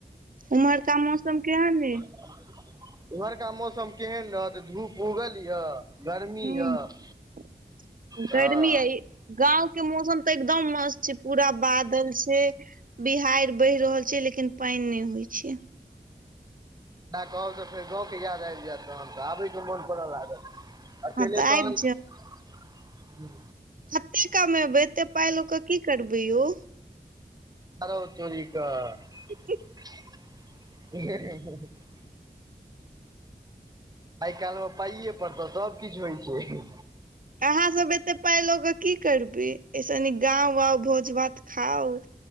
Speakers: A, on the right (about 55°); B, on the right (about 20°).
A: उम्हरका मौसम केहन अछि
B: उमहरका मौसम केहन रहत धूप उगल यऽ गर्मी
A: हू
B: यऽ हँ
A: गर्मी अछि गाँव के मौसम तऽ एकदम मस्त छै पूरा बादल छै बिहाइड़ बहि रहल छै लेकिन पैन नहि होइ छै
B: से कहब तऽ फेर गाँवके याद आबि जायत तखन तऽ आबयके मोन करऽ लागत अकेले
A: हँ तऽ
B: तखन
A: आबि एते कमेबै एते पाइ लऽ कऽ की करबै यौ
B: आरौ तोरी कऽ।
A: पठे
B: ह <unintelligible> आइ काल्हिमे पाइए पड़ तऽ सभकिछ होइ छै
A: अहाँ सब एते पाइ लऽ कऽ की करबय अइ निक गांव आऊ भोज भात खाउ।